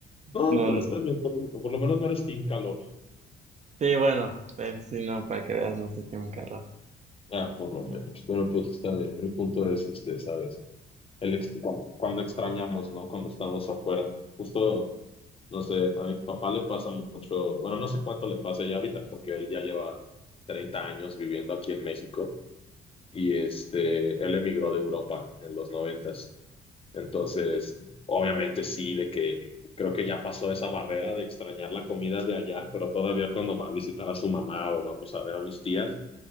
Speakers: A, on the left; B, on the right.
A: No,
B: No,
A: pues
B: no.
A: está bien. Por, por lo menos no eres Team Calor.
B: Sí, bueno, pues, sí, no, para que veas, no soy Team calor.
A: Ah, por lo menos. Pero pues está bien. El punto es este, ¿sabes? El ex- cuando, cuando extrañamos, ¿no? Cuando estamos afuera. Justo. No sé, a mi papá le pasa mucho, bueno, no sé cuánto le pasa ya ahorita, porque él ya lleva 30 años viviendo aquí en México y este, él emigró de Europa en los noventas. Entonces, obviamente sí, de que creo que ya pasó esa barrera de extrañar la comida de allá, pero todavía cuando va a visitar a su mamá o vamos a ver a mis tías,